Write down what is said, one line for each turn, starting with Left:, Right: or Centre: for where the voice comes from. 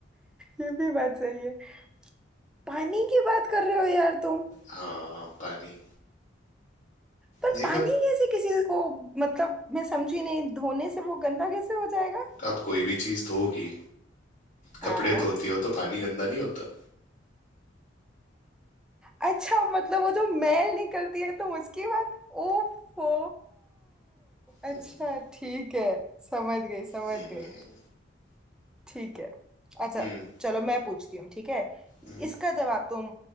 Centre: ये भी बात सही है पानी की बात कर रहे हो यार तुम
Left: हाँ पानी
Centre: पर
Left: देखा
Centre: पानी कैसे किसी को मतलब मैं समझी नहीं धोने से वो गंदा कैसे हो जाएगा
Left: आप कोई भी चीज धोगी कपड़े
Centre: हाँ।
Left: धोती हो तो पानी गंदा नहीं होता
Centre: अच्छा मतलब वो जो मैल निकलती है तो उसकी बात ओफो
Left: हम्म।
Centre: अच्छा ठीक है समझ गई समझ
Left: हम्म
Centre: गई ठीक है अच्छा
Left: हम्म,
Centre: चलो मैं पूछती हूँ ठीक है
Left: हम्म,
Centre: इसका जवाब तुम